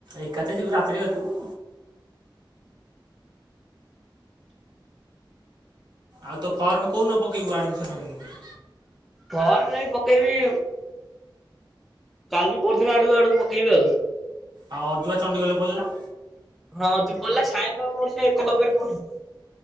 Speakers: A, on the right; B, in the centre.
A: ଏକାତ ଯିବୁ, ରାତିରେ ଦେଖିବୁ। ଆଉ ତୁ ଫର୍ମ କୋଉ ଦିନ ପକେଇବୁ? ଆଡମିସନ ହେଇ
B: ଫର୍ମ ନାଇଁ ପକେଇବି କାଲି ପରଦିନ ଆଡୁକୁ ଆଡୁକୁ ପକେଇବି ଆଉ।
A: ଆଉ ଅଜୁ ବା ଚଣ୍ଡିଖୋଲରେ ପଢିଲା।
B: ଅଜୁ ପଢିଲା ସାୟନ ମୋର ସେ ଏକଲଭ୍ୟରେ ପଢୁଚି